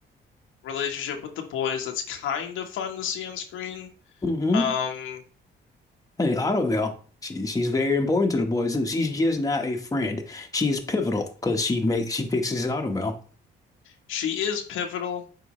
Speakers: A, on the left (about 90°); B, on the left (about 15°).
A: relationship with the boys that's kind of fun to see on screen.
B: mm-hmm.
A: Um,
B: Hey, Autumn, she, she's very important to the boys too. She's just not a friend. She is pivotal because she makes she fixes his automail.
A: She is pivotal.